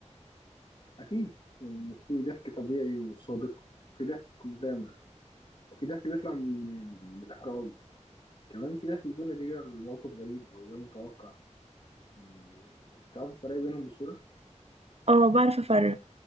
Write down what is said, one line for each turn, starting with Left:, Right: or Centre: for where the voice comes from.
Left: أكيد يعني في ضحك طبيعي وصادق في ضحك مغامر وفي ضحك بيطلع من من الإحراج كمان في ضحك بيكون نتيجة لموقف غريب أو غير متوقع يعني أنت بتعرفي تفرقي بينهم بسهولة
Right: اه بعرف افرق